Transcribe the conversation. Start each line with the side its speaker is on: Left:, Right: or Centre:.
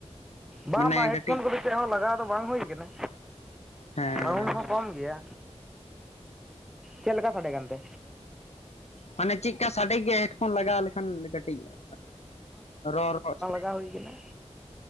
Centre: ᱵᱟᱝ
Left: ᱢᱟᱱᱮ
Centre: ᱵᱟᱝ
Left: ᱠᱟᱹᱴᱤᱡ
Centre: ᱦᱮᱰᱯᱷᱳᱱ ᱠᱚᱫᱚ ᱪᱮᱫ ᱦᱚᱸ ᱞᱟᱜᱟᱣ ᱫᱚ ᱵᱟᱝ ᱦᱩᱭ ᱠᱟᱱᱟ᱾
Left: ᱦᱮᱸ
Centre: ᱥᱟᱣᱩᱱᱰ ᱦᱚᱸ ᱠᱚᱢ ᱜᱮᱭᱟ ᱪᱮᱫ ᱞᱮᱠᱟ ᱥᱟᱰᱮ ᱠᱟᱱ ᱛᱮ᱾
Left: ᱢᱟᱱᱮ ᱪᱮᱫᱞᱮᱠᱟ ᱥᱟᱰᱮ ᱜᱮᱭᱟ ᱦᱮᱰᱯᱷᱳᱱ ᱞᱟᱜᱟᱣ ᱞᱮᱠᱷᱟᱱ ᱠᱟᱹᱴᱤᱡ ᱦᱮᱸ ᱨᱚᱲ <unintelligible>
Centre: ᱪᱮᱫᱠᱟ ᱦᱩᱭ ᱠᱟᱱᱟ?